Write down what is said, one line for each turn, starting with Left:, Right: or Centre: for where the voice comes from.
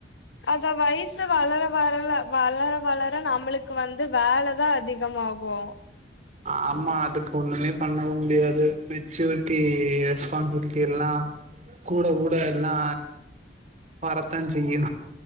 Left: அத வயசு வளர வரல வளர வளர நம்மளுக்கு வந்து வேலதா அதிகமாகு
Right: ஆமா அதுக்கு ஒன்னுமே பண்ணவு முடியாது மெச்சூரிட்டி ரெஸ்பான்சிபிலிட்டில்லா கூட கூட எல்லா வரத்தா செய்யு